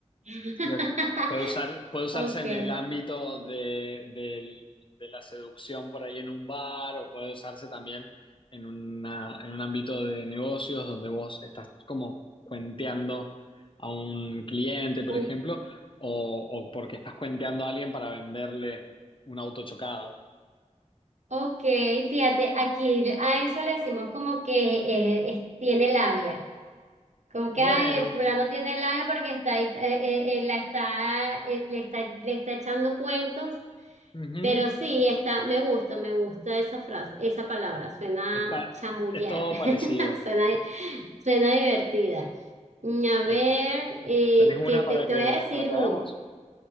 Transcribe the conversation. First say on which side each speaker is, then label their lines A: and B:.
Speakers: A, on the right (about 70°); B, on the left (about 45°).
A: <laughs>
B: Entonces, pu- puede usar, puede usarse
A: Okay.
B: en el ámbito de, del- de la seducción por ahí en un bar o puede usarse también en una, en un ámbito de negocios donde vos estás como cuenteando a un cliente, por
A: u-
B: ejemplo, o, o porque estás cuenteando a alguien para venderle un auto chocado.
A: Ok, fíjate, aquí a eso le decimos como que eh, es- tiene labia. Como
B: Bueno,
A: que ay, el fulano tiene labia porque está, ahí, eh, eh, eh, la está, eh, le está, le está echando cuentos.
B: ujú,
A: Pero sí, está, me gusta, me gusta esa frase, esa palabra, suena
B: Es, pa-
A: chamullar,
B: es todo
A: <laughs>
B: parecido.
A: suena, suena divertida. Mm, A ver,
B: Es-
A: eh,
B: ¿tenés una
A: que te,
B: para
A: te
B: que,
A: voy a decir
B: para que
A: un,
B: hagamos?